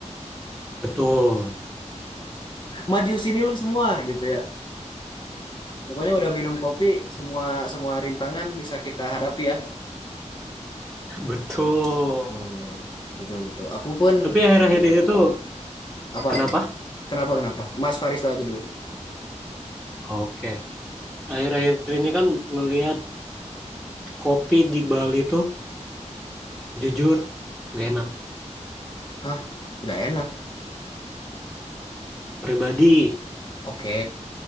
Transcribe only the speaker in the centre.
Betul,
betul.
Tapi akhir-akhir ini tuh
kenapa?
Oke. Akhir-akhir ini kan ngelihat kopi di Bali tuh jujur gak enak.
Pribadi.